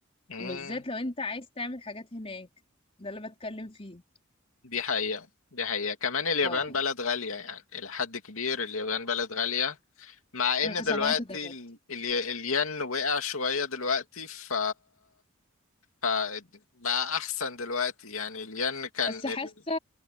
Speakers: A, on the left; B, on the left.
A: امم
B: بالذات لو انت عايز تعمل حاجات هناك ده اللي بتكلم فيه
A: دي حقيقة دي حقيقة كمان اليابان
B: اه
A: بلد غالية يعني إلى حد كبير اليابان بلد غالية مع
B: انا
A: إن
B: سمعت
A: دلوقتي
B: ده برضه
A: ال... ال... الين وقع شوية دلوقتي ف... ف بقى أحسن دلوقتي يعني الين كان
B: بس حاسه
A: ال...